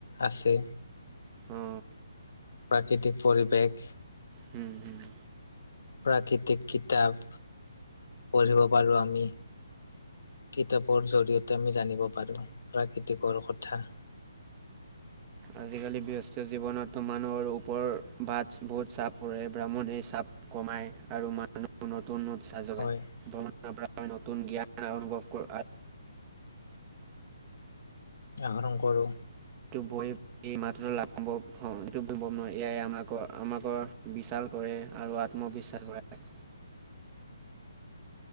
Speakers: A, on the left; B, on the right.
A: আছে
B: অ
A: প্ৰাকৃতিক পৰিৱেশ
B: হম' হম'
A: প্ৰাকৃতিক কিতাপ পঢ়িব পাৰোঁ আমি কিতাপৰ জৰিয়তে আমি জানিব পাৰো প্ৰাকৃতিকৰ কথা <inaudible>
B: আজিকালি ব্যস্ত জীৱনতো মানুহৰ ওপৰত বাৰ্টবোৰৰ বহুত চাপ পৰে ব্ৰাহ্মণে চাপ। কমায় আৰু মানুহত উন্নতি নতুন উচাহ যোগায়
A: হয়
B: নতুন জ্ঞান অনুভৱ কৰ
A: আহৰণ কৰোঁ
B: এইটো বৈ এই মাত্ৰ লাভ এইটো নোৱাৰ এয়াই আমাক আমাকৰ বিশাল কৰে। কৰে আৰু আত্মবিশ্বাস গঢ়াই
A: <inaudible>